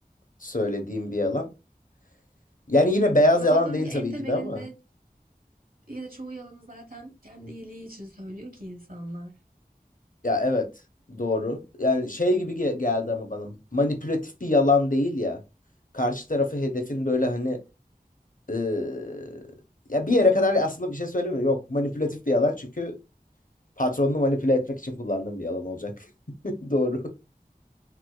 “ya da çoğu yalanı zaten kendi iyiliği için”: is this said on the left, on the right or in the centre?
Right